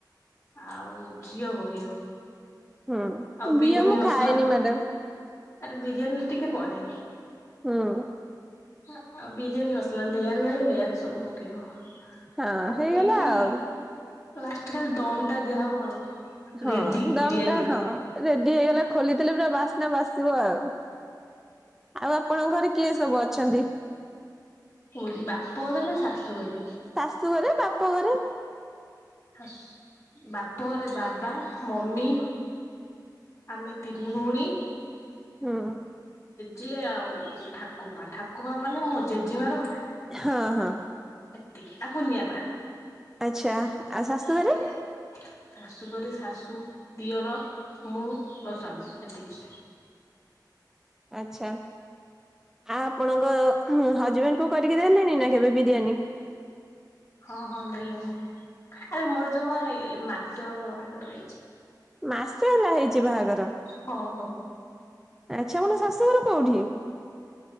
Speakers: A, on the left (about 45°); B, in the centre.
A: ଆଉ ଘିଅ ପକେଇବ।
B: ହୁଁ
A: ଆଉ ବିରିୟାନୀ
B: ଘିଅ ମୁଁ
A: ମସଲା
B: ଖାଏନି ମ୍ୟାଡାମ।
A: ଆରେ ବିରିୟାନି ରେ ଟିକେ ପଡେ।
B: ହୁଁ
A: ହଁ ଆଉ biryani masala layer by layer ସବୁ ପକେଇବ।
B: ହଁ
A: ପକେଇକି
B: ହେଇଗଲା ଆଉ।
A: ଲାଷ୍ଟ କୁ ଖାଲି ଦମ ଟା ଦିଆହେବ ଆଉ।
B: ହଁ
A: ରେଡି
B: ଦମ
A: ବିରିୟାନୀ
B: ଟା ହଁ ରେଡି ହେଇଗଲା ଖୋଲିଦେଲେ ପୁରା ବାସ୍ନା ବାସ ସିବ ଆଉ। ଆଉ ଆପଣଙ୍କ ଘରେ କିଏ ସବୁ ଅଛନ୍ତି?
A: କୋଉଠି ବାପଘରେ ନା ଶାଶୁଘରେ।
B: ଶାଶୁ ଘରେ ବାପ ଘରେ।
A: ଶାଶ ବାପ ଘରେ ବାବା ମମି। ଆମେ ତିନି ଭଉଣୀ।
B: ହୁଁ।
A: ଯିଏ ଆଉ ଠାକୁପା ଠାକୁପା ମାନେ ମୋ ଜେଜେମାର ମା।
B: ହଁ ହଁ।
A: ଏତିକି ଆଉ କୁନିଆପା।
B: ଆଚ୍ଛା ଆଉ ଶାଶୁ
A: ଏତିକି
B: ଘରେ।
A: ଶାଶୁ ଘରେ ଶାଶୁ ଦିଅର। ମୁଁ ମୋ ସ୍ୱାମୀ ଏତିକି।
B: ଆଚ୍ଛା। ଆପଣଙ୍କ ଉଁ ହଜବେଣ୍ଡ କୁ କରିକି ଦେଲେଣି ନା କେବେ ବିରିୟାନୀ।
A: ହଁ ହଁ ଦେଲିଣି ଆରେ ମୋର ଜମା ଏ ମାସେ ହବ ବାହାଘର ହେଇଚି।
B: ମାସ ହେଲା ହେଇଛି ବାହାଘର।
A: ହଁ
B: ଆଚ୍ଛା ମୋର ଶାଶୁଘର କୋଉଠି?